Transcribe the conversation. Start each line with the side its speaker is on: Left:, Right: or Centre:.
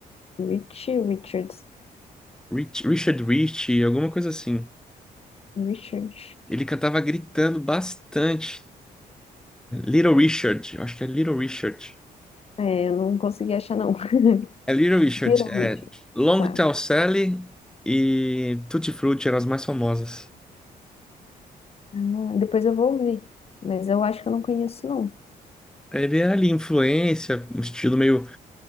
Left: Richie Richards.
Centre: Rich- Richard Richie, alguma coisa assim.
Left: Richard.
Centre: Ele cantava gritando bastante. Little Richard, eu acho que é Little Richard.
Left: É, eu não consegui achar, não. <laughs>
Centre: É Little Richard,
Left: Viram
Centre: é
Left: Richard.
Centre: Long
Left: Tá.
Centre: Tall Sally e Tutti Frutti eram as mais famosas.
Left: Ah, depois eu vou ouvir. Mas eu acho que eu não conheço, não.
Centre: Ele era ali influência, um estilo meio